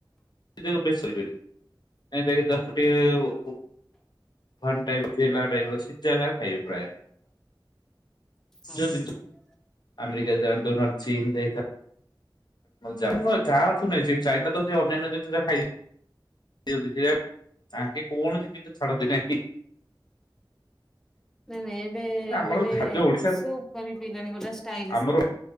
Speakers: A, on the left; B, in the centre.
A: <unintelligible> ଭନ୍ ଟାଇପ୍ ଥିଲା ଟାଇପ୍ ର ସେ ଜାଗା ଖାଇବେ ପ୍ରାୟ। ସେ
B: ନାଇଁ
A: ଯଉ ଜିନିଷ ଆମେରିକା ଯାଆନ୍ତୁ ନନେ ଚୀନ୍ ଯାଇଥାନ୍ତୁ ଯ ତାହା ଅର୍ଥ ନାଇ ଚାଇନା ତ ଅନ୍ୟାନ୍ୟ ଜିନିଷ ତ ଖାଇବେ ସେ ଯିବେ କା ତାଙ୍କେ କୌଣସି ଜିନଷ ଛଡ଼ନ୍ତି ନାହିଁ।
B: ନାଇଁ ନାଇଁ ଏବେ
A: ଆମର
B: ମାନେ
A: ଖାଦ୍ୟ ଓଡିଶାର
B: ସୁପ୍ ଏ <unintelligible> ଗୋଟେ ଷ୍ଟାଇଲ୍ ଆସେ
A: ଆମର